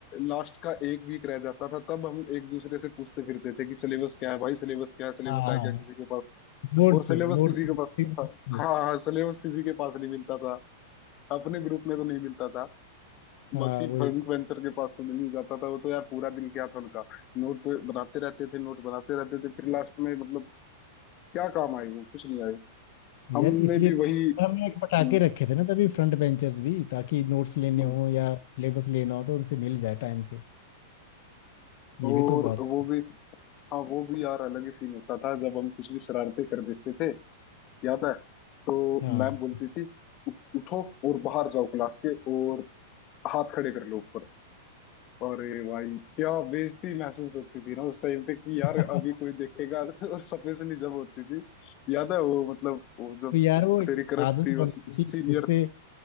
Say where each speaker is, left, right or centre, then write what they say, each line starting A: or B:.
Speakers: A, on the left; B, on the left.
A: लास्ट का एक वीक रह जाता था तब हम एक दूसरे से पूछते फिरते थे कि सिलेबस क्या है भाई सिलेबस क्या है सिलेबस
B: हाँ
A: है क्या किसी के पास
B: नोट्स
A: और सिलेबस
B: नोट्स
A: किसी के पास था। हाँ हाँ सिलेबस किसी के पास नहीं मिलता था अपने ग्रुप में तो नहीं मिलता था
B: हाँ
A: बाकी
B: वही
A: फ्रेंड वेंचर के पास तो मिल ही जाता था वो तो यार पूरा दिन क्या था उनका नोट बनाते रहते थे नोट बनाते रहते थे फिर लास्ट में मतलब क्या काम आए वो कुछ नहीं आए
B: यार
A: हमने
B: इसलिए
A: भी
B: तो
A: वही
B: हमने एक पटाके
A: हम्म,
B: रखे थे ना तभी फ्रंट बेंचर्स भी ताकि नोट्स लेने
A: हम्म।
B: हो या सिलेबस लेना हो तो उनसे मिल जाए टाइम से ये
A: और
B: भी तो बात
A: वो
B: है।
A: भी हाँ वो भी यार अलग ही सीन होता था जब हम कुछ भी शरारतें कर देते थे याद है तो
B: हाँ
A: मैम बोलती थी "उ- उठो और बाहर जाओ क्लास के और हाथ खड़े कर लो ऊपर अरे भाई क्या बेइज्जती महसूस होती थी ना उस टाइम पे कि
B: <laughs>
A: यार अभी कोई देखेगा <laughs> और सफेद से जब होती थी याद है वो मतलब वो जब
B: तो यार वो
A: तेरी क्रश
B: आदत
A: थी वो
B: बन
A: सीनियर
B: गई थी उससे